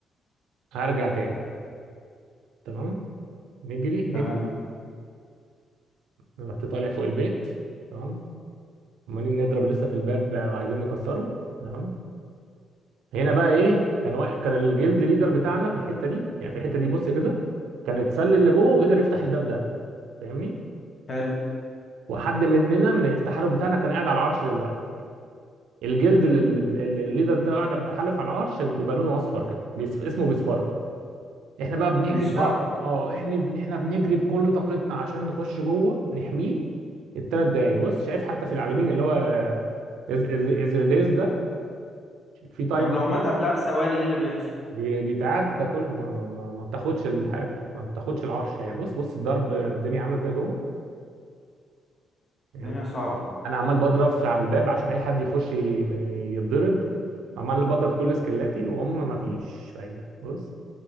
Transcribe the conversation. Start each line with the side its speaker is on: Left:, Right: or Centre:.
Right: هرجع تاني تمام نجري نجري
Left: تمام
Right: رحت طالع فوق البيت تمام عمالين نضرب لسه في الباب وعايزين نكسره تمام هنا بقى ايه كان وا... كان الجلد ليدر بتاعنا في الحته دي يعني في الحته دي بص كده كان اتسلل اللي جوه وقدر يفتح الباب ده فاهمني
Left: حلو
Right: وحد مننا من التحالف بتاعنا كان قاعد على العرش دلوقتي الجلد اللي اللي الليدر بتاعه قاعد بيتحالف على العرش بيبقى لونه اصفر كده بيصف... اسمه بيصفر احنا بقى بنجري
Left: بيصفر
Right: بقى اه احنا بن- احنا بنجري بكل طاقتنا عشان نخش جوه نحميه الثلاث دقايق بص شايف حتى في العالمين اللي هو إز... إز... ازريديس ده في تايم
Left: طب لو مات قبلها بثواني ايه اللي بيحصل
Right: بي- بيتعاد ده كله ما, ما, ما ما بتاخدش الحاجه ما بتاخدش العرش يعني بص بص الضرب الدنيا عامله ازاي جوه يعني
Left: الدنيا صعبة
Right: انا عمال بضرب في على الباب عشان اي حد يخش ي- يتضرب عمال بضرب كل سكلاتي وهم ما فيش فايده بص